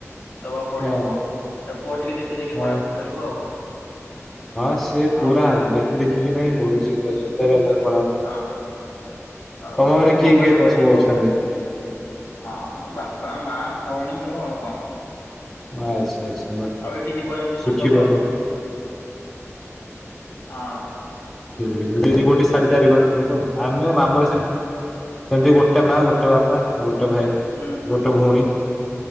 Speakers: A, on the left; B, on the left.
A: ଦବାକୁ ପଡିବ
B: ହଁ
A: ବୋର୍ଡ ତାକୁ କୁହ ଟିକେ ଦେଖି ଦେଖି
B: ହଁ
A: ପଢାପଢି କରିବ ଆଉ କଣ।
B: ହଁ ସିଏ
A: ହଁ
B: ପୁରା ଦେଖି ଦେଖିକି ନାହିଁ ବଢିଯିବ ଯୋ <unintelligible>
A: ହଁ ଆଉ
B: ତମ ଘରେ
A: ତାକୁ
B: କିଏ
A: ମୋବାଇଲ
B: କିଏ
A: ଫୋବାଇଲ
B: କ- ସବୁ
A: ଟିକେ
B: ଅଛନ୍ତି
A: କମ, ହଁ ବାପା ମା ଭଉଣୀ ମୁଁ ଆଉ। ୱା।
B: ଆଚ୍ଛା ଆଚ୍ଛା।
A: ଆଉ ଏଠି ଜୀବଜନ୍ତୁ
B: ସୁଖୀ
A: ସବୁତକ।
B: ପରିବାର
A: ଆ
B: <unintelligible> ତି ଗୋଟେ ସାଢେ ଚାରି ଘଟ ଲୋକ ଆମେ ଆମର ସେମତି ଗୋଟେ ମା ଗୋଟେ ବାପା ଗୋଟେ ଗୋଟେ ଭାଇ,
A: ହୁଁ
B: ଗୋଟେ ଭଉଣୀ